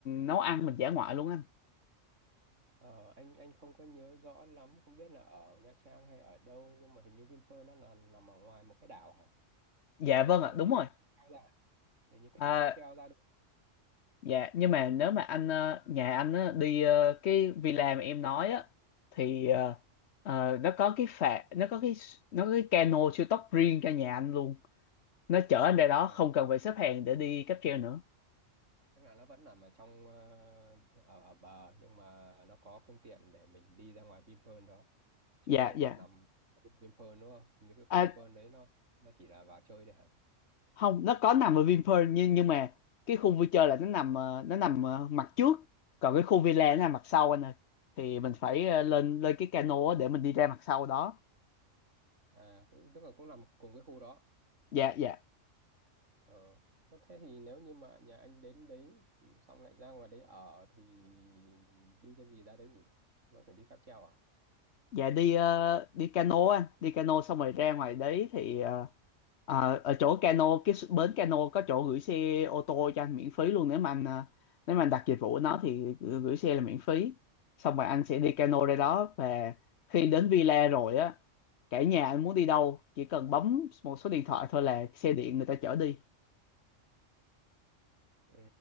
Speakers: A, on the left; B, on the right.
A: nấu ăn mình dã ngoại luôn anh
B: Ờ, anh anh không có nhớ rõ lắm, không biết là ở Nha Trang hay ở đâu nhưng mà hình như Vinpearl nó là nằm ở ngoài một cái đảo hả?
A: dạ vâng
B: Ý
A: ạ
B: là
A: đúng
B: phải
A: rồi
B: đi cáp treo ra, hình như phải
A: à,
B: đi cáp treo ra đúng không?
A: dạ nhưng mà nếu mà anh ờ, nhà anh á, đi ờ, cái villa mà em nói á thì ờ, ờ, nó có cái phà nó có cái nó có cái cano siêu tốc riêng cho nhà anh luôn nó chở anh ra đó
B: À,
A: không cần phải xếp hàng để đi cáp treo nữa
B: tức là nó vẫn nằm ở trong ờ, ở ở bờ nhưng mà nó có phương tiện để mình đi ra ngoài Vinpearl đó. Chứ
A: dạ
B: nó không
A: dạ
B: phải nằm ở khu Vinpearl đúng không? Những cái khu
A: À,
B: Vinpearl đấy nó nó chỉ là vào chơi đấy hả?
A: không nó có nằm ở Vinpearl nhưng nhưng mà cái khu vui chơi là nó nằm ờ, nó nằm ờ, mặt trước còn cái khu villa nó nằm mặt sau anh ơi thì mình phải ờ, lên lên cái cano á để mình đi ra mặt sau đó
B: À cũng tức là cũng nằm cùng cái khu đó.
A: dạ dạ
B: Ờ. Ờ, Thế thì nếu như mà nhà anh đến đấy ừ, xong lại ra ngoài đấy ở thì đi cái gì ra đấy nhỉ? Vẫn phải đi cáp treo à?
A: dạ đi ờ, đi cano anh đi cano xong rồi ra ngoài đấy thì ờ, ờ, ở chỗ cano cái s- bến cano có chỗ gửi xe ô tô cho anh miễn phí luôn nếu mà anh ờ, nếu mà anh đặt dịch vụ của nó thì gửi gửi xe là miễn phí xong rồi anh sẽ đi cano ra đó và khi đến villa rồi á cả nhà anh muốn đi đâu chỉ cần bấm một số điện thoại thôi là xe điện người ta chở đi
B: Ừ,